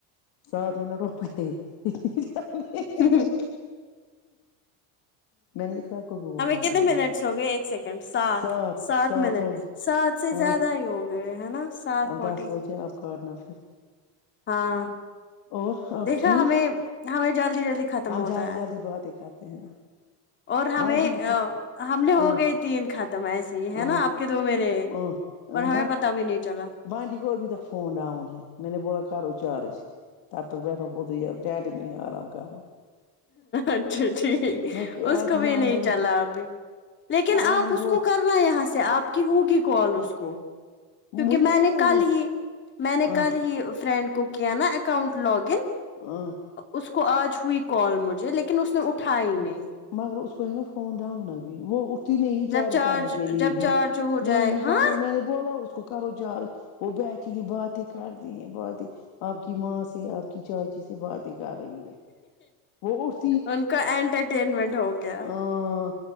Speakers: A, on the left; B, on the left.
A: ساتھ منٹ ہو گئے جلدی
B: ہ
A: میں نے اقرا کو بھی بولا
B: ہمیں کتنے
A: مجھے نہیں
B: منٹس ہو گے ایک سیکنڈ ساتھ
A: سات
B: ساتھ
A: سات
B: منٹ
A: ہو
B: ساتھ سے
A: ہاں
B: زیادہ ہی ہو گئے ہے نا ساتھ
A: اب
B: فورٹی
A: دس بجے آپ کاٹنا پھر
B: ہاں
A: اور آپ
B: دیکھا
A: ٹھیک
B: ہمیں ہمیں جلدی جلدی ختم
A: ہم
B: ہوتا
A: جلدی
B: ہے
A: جلدی باتیں کرتے ہیں
B: اور ہمیں
A: بانڈی
B: ہم نے
A: ہاں
B: ہو گئی تین ختم ایسے ہی ہے
A: ہاں
B: نا آپ کے دو میرے ایک اور ہمیں پتا بھی نہیں چلا
A: بانٹی کو ابھی تک فون ڈاؤن ہے میں نے بولا کرو چارج تب تب تک بیٹھو ادھر ہی اب ٹینٹ میں ہی آرام کرو
B: اچھا ٹھیک
A: میں
B: اس
A: آتی
B: کو بھی
A: ہوں اندر
B: نہیں چلا ابھی لیکن
A: ایمن
B: آپ اس
A: بول
B: کو کر نا یہاں سے آپ کی ہوگی کال اس کو کیونکہ
A: مجھے
B: میں
A: پتا
B: نے
A: ہے
B: کل
A: وہ
B: ہی میں نے
A: ہاں
B: کل ہی فرینڈ کو کیا نا اکاؤنٹ لاگ ان
A: ہاں
B: اس کو آج ہوئی کال مجھے لیکن اس نے اٹھائی ہی نہیں
A: مگر اس کو ہے نا فون ڈاؤن ابھی وہ اٹھ اٹھتی ہی نہیں
B: جب
A: چارج کرنے کے لیے
B: جب
A: بھی
B: چارج ہو
A: میں
B: جائے
A: ہی کروں
B: ہاں
A: میں نے بولا بولا اس کو کرو چارج وہ بیٹھی ہیں باتیں کرتی ہیں باتیں آپ کی ماں سے آپ کی چاچی سے باتیں کر رہی ہے وہ اٹھ
B: ان کا انٹرٹینمنٹ ہو گیا
A: ہاں